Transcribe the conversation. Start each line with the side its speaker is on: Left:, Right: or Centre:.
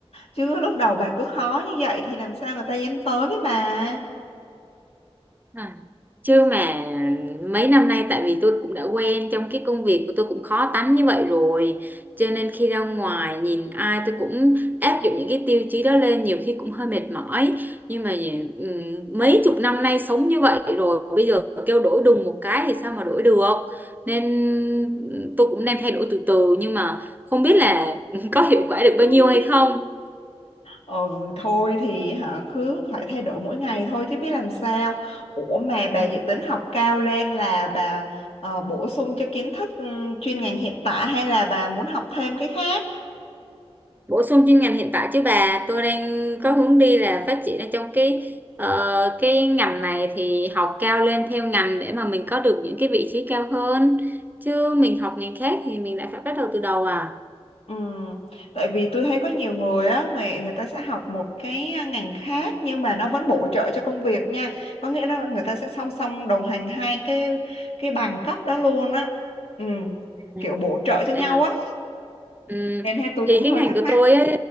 Left: chứ lúc đầu bà cứ khó như vậy thì làm sao người ta dám tới với bà
Right: À. Chứ mà mấy năm nay tại vì tôi cũng đã quen trong cái công việc của tôi cũng khó tánh như vậy rồi cho nên khi ra ngoài nhìn ai tôi cũng áp dụng những cái tiêu chí đó lên nhiều khi cũng hơi mệt mỏi nhưng mà ừm, mấy chục năm nay sống như vậy rồi bây giờ kêu đổi đùng một cái thì sao mà đổi được nên tôi cũng đang thay đổi từ từ nhưng mà không biết là <laughs> có hiệu quả được
Left: <laughs>
Right: bao nhiêu hay không
Left: ừ thôi thì hả cứ phải thay đổi mỗi ngày thôi chứ biết làm sao ủa mà bà
Right: Ừ.
Left: dự tính học cao lên là bà ờ, bổ sung cho kiến thức ừ, chuyên ngành hiện tại hay là bà muốn học thêm cái khác
Right: bổ sung chuyên ngành hiện tại chứ bà tôi đang có hướng đi là phát triển ở trong cái ờ, cái ngành này thì học cao lên theo ngành để mà mình có được những cái vị trí cao hơn chứ mình học ngành khác thì mình lại phải bắt đầu từ đầu à
Left: Ừ. Tại vì tôi thấy có nhiều người á người người ta sẽ học một cái ngành khác nhưng mà nó vẫn bổ trợ cho công việc nha có nghĩa là người ta sẽ song song đồng hành hai cái cái bằng cấp đó luôn á ừ.
Right: À,
Left: kiểu bổ trợ cho nhau
Right: vậy hả?
Left: á
Right: Ừm,
Left: nên thế tôi
Right: thì
Left: cũng
Right: cái
Left: hơi
Right: ngành
Left: thắc
Right: của
Left: mắc
Right: tôi ấy,